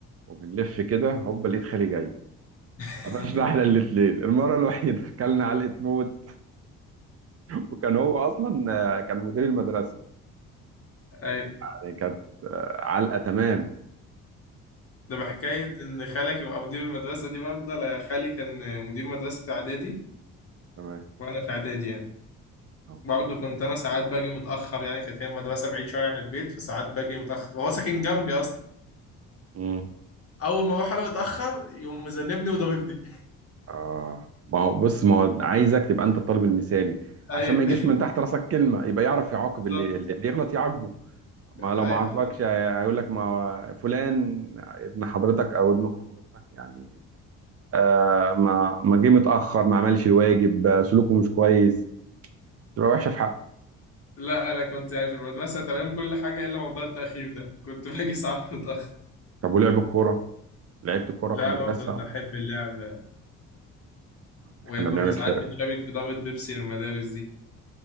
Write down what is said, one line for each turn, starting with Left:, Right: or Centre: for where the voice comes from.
Right: وبنلف كده هوب لقيت خالي جاي
Left: <laughs>
Right: قفشنا <laughs> احنا الاتنين المره الوحيده اكلنا علقه موت وكان هو اصلا آه، كان مدير المدرسه
Left: اي
Right: يعني كانت آه، علقه تمام
Left: ده بحكاية
Right: الله
Left: إن خالك يبقى مدير المدرسة دي برضه أنا خالي كان مدير مدرسة إعدادي
Right: تمام
Left: وأنا في إعدادي يعني
Right: أهو.
Left: برضه كنت أنا ساعات باجي متأخر يعني كانت هي المدرسة بعيد شوية عن البيت فساعات باجي متأخر وهو ساكن جنبي أصلا
Right: امم
Left: أول ما أروح أنا متأخر يقوم مذنبني وضاربني
Right: آه ما هو بص ما هو عايزك تبقى انت الطالب المثالي عشان
Left: أي
Right: ما يجيش
Left: <laughs>
Right: من تحت راسك كلمه يبقى يعرف يعاقب
Left: بالظبط
Right: اللي, اللي يغلط يعاقبه ما
Left: أي
Right: لو ما عاقبكش هي- هيقول لك ما فلان ابن حضرتك او ابن اخت حضرتك يعني آه ما ما جه متاخر ما عملش الواجب آه، سلوكه مش كويس تبقى وحشه في حقه
Left: لا أنا كنت يعني في المدرسة تمام كل حاجة إلا موضوع التأخير ده كنت باجي ساعات متأخر
Right: طب ولعب الكوره لعبت الكوره
Left: لا
Right: في المدرسه
Left: برضه
Right: آه،
Left: بحب اللعب وكنا
Right: احنا كنا بنعمل
Left: ساعات
Right: فرق
Left: بنشارك في ضربة بيبسي للمدارس دي